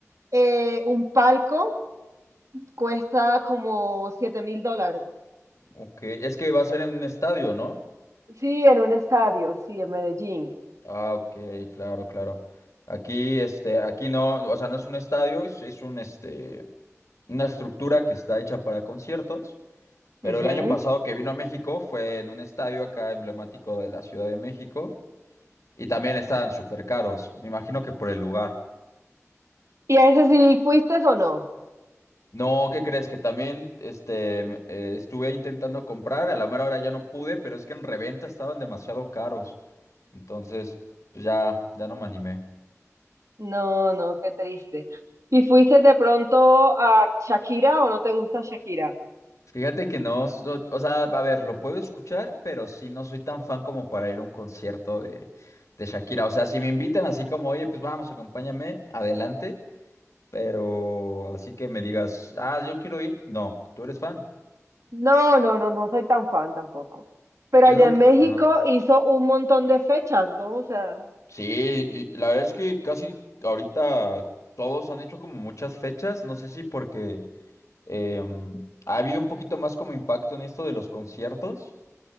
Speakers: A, on the right; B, on the left.
A: eh, un palco cuesta como siete mil dólares.
B: Ok, es que va a ser en un estadio, ¿no?
A: Sí, en un estadio, sí, en Medellín.
B: Ah, ok, claro, claro. Aquí, este, aquí no, o sea, no es un estadio, es, es un, este, una estructura que está hecha para conciertos. Pero
A: Ujú.
B: el año pasado que vino a México fue en un estadio acá emblemático de la Ciudad de México y también estaban súper caros, me imagino que por el lugar.
A: ¿Y a ese sí fuiste o no?
B: No, ¿qué crees? Que también este, m- eh, estuve intentando comprar, a la mera hora ya no pude, pero es que en reventa estaban demasiado caros. Entonces, pues ya, ya no me animé.
A: No, no, qué triste. ¿Y fuiste de pronto a Shakira o no te gusta Shakira?
B: Fíjate que no, so- o sea, a ver, lo puedo escuchar, pero sí no soy tan fan como para ir a un concierto de, de Shakira. O sea, si me invitan así como, oye, pues vamos, acompáñame, adelante. Pero así que me digas, ah, yo quiero ir. No, tú eres fan.
A: No, no, no, no soy tan fan tampoco. Pero
B: ¿Qué
A: allá
B: es lo
A: en
B: que...?
A: México
B: Ajá.
A: hizo un montón de fechas, ¿no? O sea,
B: Sí, y la verdad es que casi ahorita todos han hecho como muchas fechas. No sé si porque eh, ha habido un poquito más como impacto en esto de los conciertos.